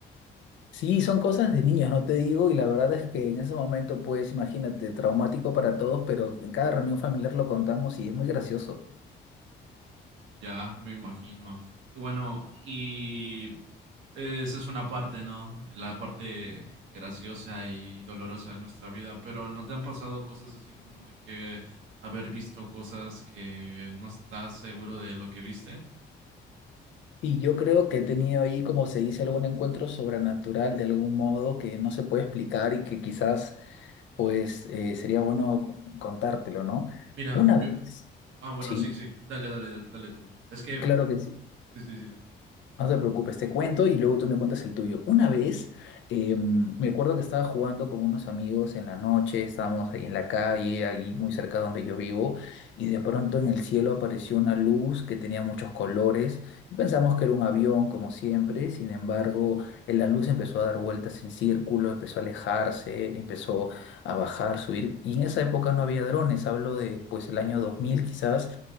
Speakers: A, on the left; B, on the right.
A: Sí, son cosas de niños, no te digo, y la verdad es que en ese momento, pues, imagínate, traumático para todos, pero en cada reunión familiar lo contamos y es muy gracioso.
B: Ya, me imagino. Y Bueno, y esa es una parte, ¿no? La parte graciosa y dolorosa de nuestra vida, pero ¿no te han pasado cosas así como de que haber visto cosas que no estás seguro de lo que viste?
A: Y yo creo que he tenido ahí, como se dice, algún encuentro sobrenatural de algún modo que no se puede explicar y que quizás, pues, eh, sería bueno co- contártelo, ¿no?
B: Mira,
A: Una
B: yo...
A: vez,
B: Ah, bueno,
A: sí,
B: sí, sí, dale, dale, dale, dale tú. Es que...
A: claro que sí.
B: Sí, sí, sí.
A: No te preocupes, te cuento y luego tú me cuentas el tuyo. Una vez, eh, me acuerdo que estaba jugando con unos amigos en la noche, estábamos ahí en la calle, ahí muy cerca donde yo vivo, y de pronto en el cielo apareció una luz que tenía muchos colores. Pensamos que era un avión, como siempre, sin embargo, eh, la luz empezó a dar vueltas en círculo, empezó a alejarse, empezó a bajar, subir, y en esa época no había drones, hablo de pues el año 2000 quizás.